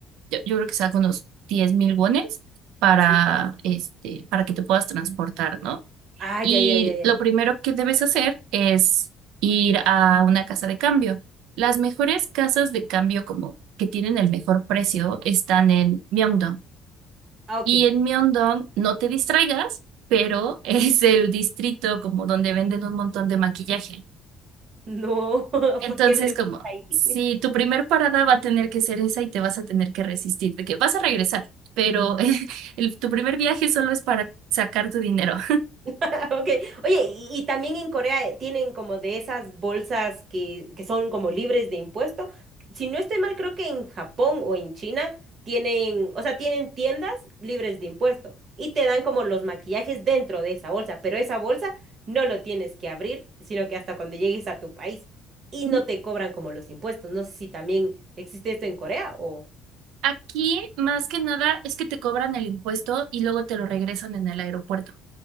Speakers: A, on the right; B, on the right.
A: Yo, yo creo que saca unos diez mil wones para,
B: Sí.
A: este, para que te puedas transportar, ¿no?
B: Ah,
A: Y
B: ya, ya, ya, ya.
A: lo primero que debes hacer es ir a una casa de cambio. Las mejores casas de cambio como que tienen el mejor precio están en Myeongdong.
B: Ah, ok.
A: Y en Myeongdong, no te distraigas, pero <laughs> es el distrito como donde venden un montón de maquillaje.
B: No, <laughs>
A: Entonces,
B: ¿por qué me envías
A: como
B: ahí?
A: si tu primer parada va a tener que ser esa y te vas a tener que resistir, de que vas a regresar, pero <laughs> el- tu primer viaje solo es para sacar tu dinero.
B: <laughs> Ok, oye, y, y también en Corea eh, tienen como de esas bolsas que, que son como libres de impuesto. Si no estoy mal, creo que en Japón o en China tienen, o sea, tienen tiendas libres de impuesto y te dan como los maquillajes dentro de esa bolsa, pero esa bolsa no lo tienes que abrir, sino que hasta cuando llegues a tu país y
A: <laughs>
B: no te cobran como los impuestos. No sé si también existe esto en Corea o...
A: Aquí, más que nada, es que te cobran el impuesto y luego te lo regresan en el aeropuerto.